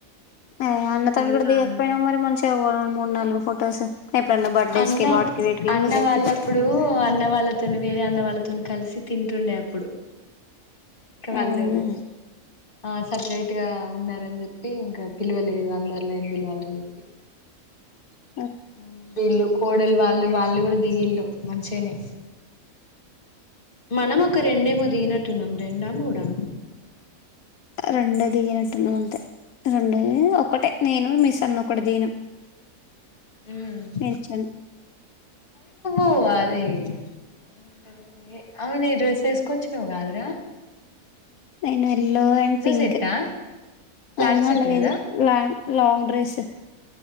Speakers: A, on the left (about 80°); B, on the left (about 35°).
A: ఆ అన్నతో
B: ఇగ
A: కూడా
B: ఫ్యామ్
A: దిగకపోయినా మరి మంచి ఇంకా పోదాం మూడు నాలుగు ఫొటోస్ ఎప్పుడన్నా బర్త్డేస్
B: అన్న
A: కి వాటికి వీటికి
B: అన్న
A: యూజ్ అవుతుంది
B: వాళ్ళప్పుడు అన్న వాళ్ళతోని వేరే అన్న వాళ్ళు అతను కలిసి తింటుండే అప్పుడు ఇక వాళ్ళు
A: అవునా
B: ఆ సపరేట్ గా ఉన్నారని చెప్పి ఇంకా పిలవలేదు అందరిలో ఏం పిలవాలని చెప్పి
A: ఇ
B: ఊ బిల్లు కోడలు వాళ్ళు వాళ్ళు కూడా దిగిల్లు మంచెనే మనం ఒక రెండేమో దిగినట్టున్నాం రెండా మూడా
A: రెండు దిగినట్టున్నా అంతే రెండు ఒక్కటే నేను మీసన్నోకటే దిగినం
B: ఉమ్
A: నేర్చల్
B: ఓ అది అదమంటారు ఏ అవును ఏ డ్రెస్ చేసుకోచ్చుగా గాద్ర
A: అయిను యల్లో అండ్ పింక్
B: సెట్టా ప్లాజో
A: ఆహ
B: సెట్
A: లేదు
B: కదా
A: ల్యాంగ్ లాంగ్ డ్రెస్సు